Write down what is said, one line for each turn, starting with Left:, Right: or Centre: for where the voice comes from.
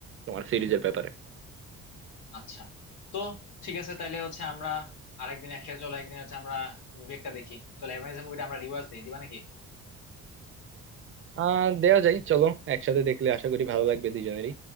Right: তোমার সিরিজের ব্যাপারে
Left: আচ্ছা তো ঠিক আছে তাইলে হচ্ছে আমরা আরেকদিন একসাথে চলো একদিন হচ্ছে আমরা মুভি একটা দেখি চলো অ্যামাজন মুভিটা আমরা রিওয়াজ দিই দিবা নাকি
Right: আহ দেওয়া যায় চলো একসাথে দেখলে আশা করি ভালো লাগবে দুজনেরই